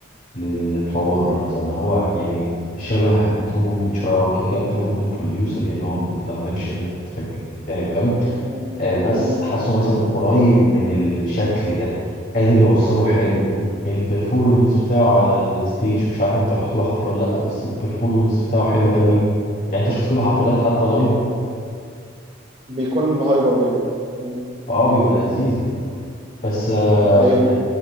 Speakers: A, on the left (about 45°); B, on the right (about 30°).
A: للي بتوع بره مثلا هو يعني شبه مترو بومن شويه هو كيكا مترو بومن بروديوسر يعني
B: مم.
A: هو ما بيتعملش تراك يعني فاهم
B: مم.
A: آه بس
B: مم.
A: حاسه مثلا قريب من الشكل ده قادر يوصله حلو البرفورمنس بتاعه على الستيج مش عارف انت رحت له حفله ولا لا بس البرفورمنس بتاعه
B: مم.
A: حلو قوي يعني انت شفت له حفلات
B: مم.
A: حتى لايف
B: بيكون هايبر جامد مم.
A: اه بيبقى لذيذ يعني بس آه
B: طيب
A: يعني